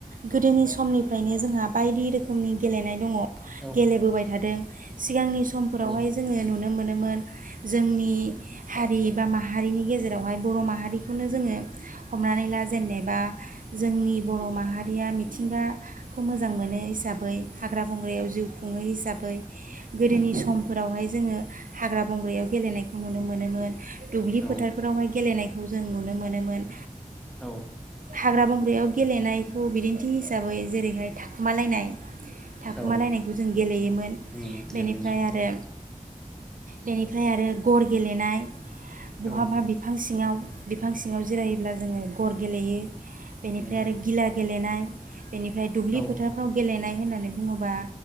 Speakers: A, on the right; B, in the centre.
A: गोदोनि समनिफ्रायनो जोंहा बायदि रोखोमनि गेलेनाय दङ
B: औ
A: गेलेबोबाय थादों सिगांनि समफोरावहाय
B: औ
A: जोङो नुनो मोन मोन जोंनि हारि बा माहारिनि गेजेरावहाय बर माहारिखौनो जोङो हमनानै ला जेनेबा जोंनि बर माहारिया मिथिंगाखौ मोजां मोनो हिसाबै हाग्रा बंग्रायाव जिउ खुङै हिसाबै गोदोनि समफोरावहाय जोङो हाग्रा बंग्रायाव गेलेनायखौ नुनो मोनोमोन दुब्लि
B: औ
A: फोथारफोरावहाय गेलेनायखौ जों नुनो मोनोमोन
B: औ
A: हाग्रा बंग्रायाव गेलेनायखौ बिदिन्थि हिसाबै जेरैहाय थाखुमालायनाय थाखुमालायनायखौ
B: औ
A: जों गेलेयोमोन
B: उम गेलेयोमोन
A: बेनिफ्राय आरो बेनिफ्राय आरो गर गेलेनाय बहा
B: औ
A: बा बि सिङाव बिफां सिङाव जिरायोब्ला जोङो गर गेलेयो बेनिफ्राय
B: उम
A: आरो गिला गेलेनाय बेनिफ्राय दुब्लि
B: औ
A: फोथारफ्राव गेलेनाय होननानै बुङोबा